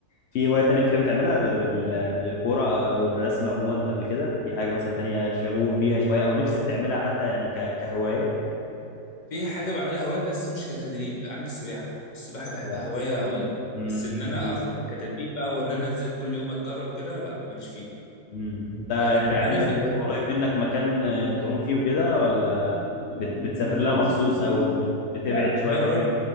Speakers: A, on the left; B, on the left.
A: في هوايه تانية بتحب تعملها غير ال- الكوره آه، والرسم عموما قبل كده في حاجه مثلا تانية شغوف بيها شويه او نفسك تعملها حتى يعني ك- كهوايه
B: في حاجه بعملها هوايه بس مش كتدريب عندي السباحه السباحه
A: السباحه
B: بحبها هوايه قوي
A: امم
B: بس ان انا
A: جميل
B: اخطط كتدريب بقى وان انا انزل كل يوم اتدرب وكده لا ماليش فيه
A: امم انت يعني
B: يعني انت عارف
A: عندك قريب منك مكان آه، بتعوم فيه وكده ولا بت... بتسافر لها مخصوص او بت... بتبعد
B: لا لا،
A: شويه
B: بروح
A: حلوين